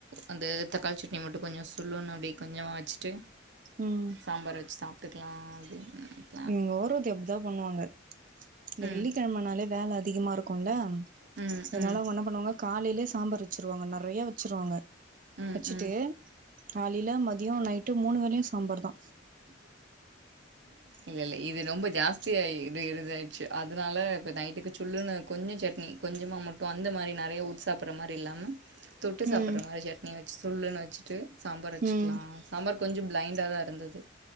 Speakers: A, on the right; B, on the right.
A: அந்த தக்காளி சட்னி மட்டு கொஞ்சொ சுல்லுனு அப்டியே கொஞ்சொ வச்ட்டு
B: ம்
A: சாம்பார் வெச்சு சாப்ட்டுக்கலா அப்டின்
B: எங்க ஓரவத்தி அப்டிதா பண்ணுவாங்க இந்த
A: ம்
B: வெள்ளிக்கிழமனாலே வேல அதிகமா இருக்குல
A: ம்
B: அதனால
A: ம்
B: அவங்க ன்ன பண்ணுவாங்க காலைலே சாம்பார் வெச்சிருவாங்க நறைய வச் சிருவாங்க
A: ம்
B: வெச்சுட்டு
A: ம்
B: காலைல மதியொ நைட்டு மூணு வேலையு சாம்பார்தா
A: இல்லல்ல ஏப் இது ரொம்ப ஜாஸ்தி ஆயி இது இதுவாயிடுச்சு அதனால இப்ப நைட்டுக்கு சுல்லுனு கொஞ்சொ சட்னி கொஞ்சமா மட் ப்ப அந்த மாறி நறைய ஊத்தி சாப்பற மாறி இல்லாம தொட்டு சாப்புட்ற
B: ம்
A: மாறி சட்னி வெச்சு சுல்லுனு வெச்சிட்டு சாம்பார் வெச்சு
B: ம்
A: அ சாம்பார் கொஞ்ச பிளைண்டாதா இருந்தது